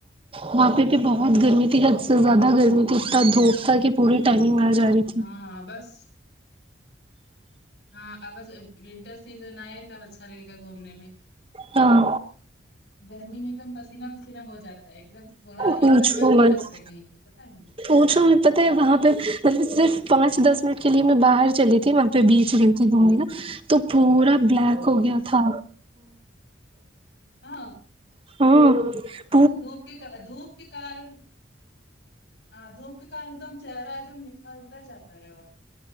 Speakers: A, on the right; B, on the left.
A: وہاں پہ پہ بہت گرمی تھی حد سے زیادہ گرمی تھی اتا دھوپ تھا کہ پوری ٹائمنگ آ جا رہی تھی
B: ہاں بس ہاں ا بس ونٹر سیزن آئے تب اچھا لگے گا گھومنے میں
A: ہاں
B: گرمی میں ایک دم پسینہ پسینہ ہو جاتا ہے ایک دم تھوڑا ایک
A: پوچھو
B: دم من نہیں
A: مت
B: لگتا ہے کہیں پ پتہ ہے
A: پوچھو ہمیں پتہ ہے وہاں پہ مطلب صرف پانچ دس منٹ کے لیے میں باہر چلی تھی وہاں پہ بیچ مے دوں گی نا تو پورا بلیک ہو گیا
B: ہاں
A: تھا
B: ہاں
A: ہاں
B: دھپ کے کرا دھوپ کے کارن ہاں دھپ اس کے کران ایک دم چہرہ ہے نہ نکھار اتر جاتا ہے اور